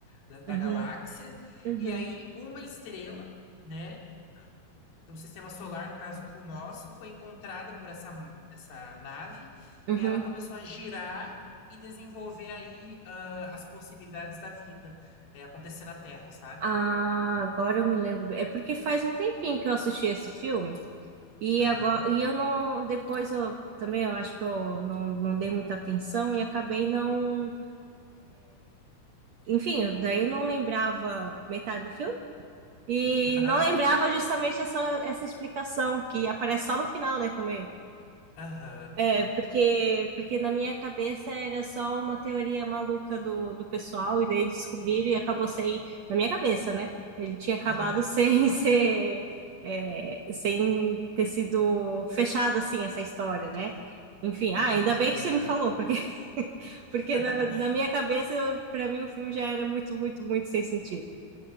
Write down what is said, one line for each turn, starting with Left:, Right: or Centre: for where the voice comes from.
Left: da, da
Right: uhum,
Left: galáxia,
Right: uhum,
Left: e aí uma estrela, né? do sistema solar, no caso com o nosso, foi encontrada por essa, essa nave,
Right: uhum.
Left: e aí ela começou a girar e desenvolver aí ah, as possibilidades da vida eh, acontecer na Terra, sabe?
Right: Ah, agora eu me lembro. bem. É porque faz um tempinho que eu assisti esse filme e
Left: Aham,
Right: agora e eu não depois eu também eu acho que eu não, não dei muita atenção e acabei não, enfim, daí eu não lembrava metade do filme e
Left: aham,
Right: não lembrava justamente essa essa explicação que aparece só no final, né, também.
Left: aham,
Right: É, porque, porque na minha cabeça era só uma teoria maluca do, do pessoal, e daí eles descobriram e acabou sem. Na minha cabeça, né? Ele tinha acabado
Left: aham,
Right: sem <laughs> ser. é, sem ter sido fechado assim essa história, né? Enfim,
Left: entendi,
Right: ah, ainda bem
Left: aham.
Right: que você me falou, porque, <laughs> porque
Left: <laughs>
Right: na, na minha cabeça, para mim, o filme já era muito, muito, muito sem sentido.